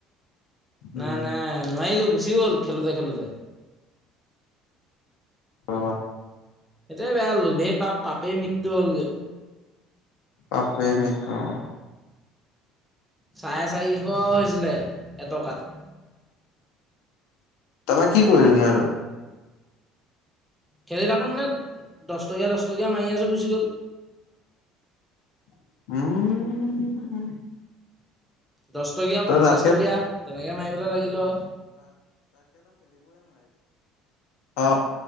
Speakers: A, on the left (about 80°); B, in the centre.
A: উম
B: নাই, নাই। নোৱাৰিলোঁ। গুচি গ'ল খেলোঁতে, খেলোঁতে
A: ৰবা
B: এইটোয়েই বেয়া। লোভেই পাপ, পাপেই মৃত্যু হ'লগৈ।
A: পাপেই মৃত্যু। অ'।
B: চাৰে চাৰিশ হৈছিলে। এটকাত
A: তাপা, কি কৰিলি নো সেইটো?
B: খেলি থাকোঁতে নে, দহ টকীয়া, দহ টকীয়া মাৰি আছোঁ। গুচি গ'ল
A: উম।
B: দহ টকীয়া,
A: তই
B: পঞ্চাশ
A: তাতকে
B: টকীয়া তেনেকে মাৰিবলৈ লাগিলোঁ আও
A: অহ।